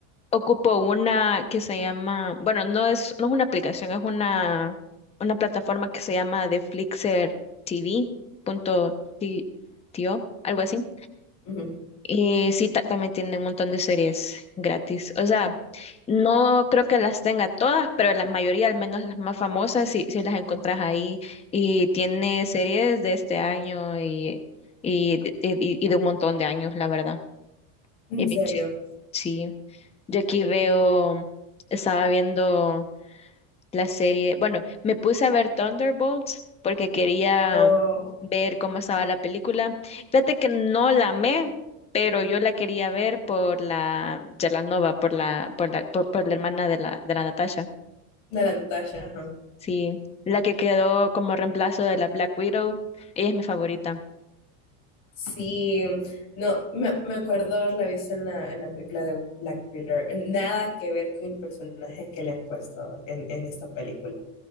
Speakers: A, on the left; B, on the left.
A: ocupo una que se llama, bueno, no es, no es una aplicación, es una, una plataforma que se llama The Flixer TV punto ti- tio, algo así.
B: Ujú,
A: Y sí, ta- también tiene un montón de series gratis. O sea, no creo que las tenga todas, pero la mayoría, al menos las más famosas, sí, sí las encontrás ahí. Y tiene series de este año y, y, de y- y de un montón de años, la verdad.
B: En
A: Y bien
B: serio.
A: chi- Sí. Yo aquí veo, estaba viendo la serie. Bueno, me puse a ver Thunderbolts porque quería
B: O
A: ver cómo estaba la película. Fíjate que no la amé, pero yo la quería ver por la Yalanova, por la, por la, por, por la hermana de la, de la Natasha.
B: de la Natasha, ajá.
A: Sí, la que quedó como reemplazo de la Black Widow. Ella es mi favorita.
B: Sí, no, me, me acuerdo haberla visto en la, en la película de Black Peter. Nada que ver con el personaje que le han puesto en, en esta película.